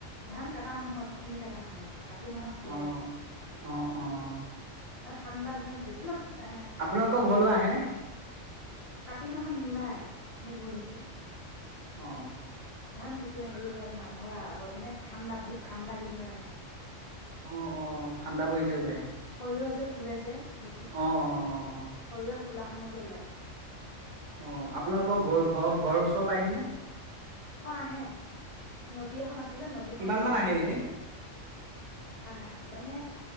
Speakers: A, on the left; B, on the right.
A: ধান কাটা নহয়, ফুলি থকা সময়তে। কাতি মাহত ফুলেহে।
B: অ'। অ', অ'।
A: আৰু ঠাণ্ডা দিনত বেছি ন এ
B: আপোনালোকৰ ঘৰলে আহেনে
A: কাতি মাহত নোলায় মোক ভুল হৈছে
B: আহঁ
A: ধান যেতিয়া হেৰি হয় মাঘৰ আগত মানে ঠাণ্ডা বহুত ঠাণ্ডা কেইদিনত আহে
B: অ অ ঠাণ্ডা পৰিলে ওলাই
A: সৰিয়হ যে ফুলে যে বেছি সৰিয়হ
B: অ', অ', অ', অ',
A: খোলা সময়তে ওলায়
B: অ আপোনালোকৰ ঘৰ ঘৰ ঘৰৰ ওচৰত আহিনে
A: অ আহে নদী এখন আছে যে নদীখন
B: কিমান মান আহে
A: প
B: এনে?
A: থাকে আহ মানে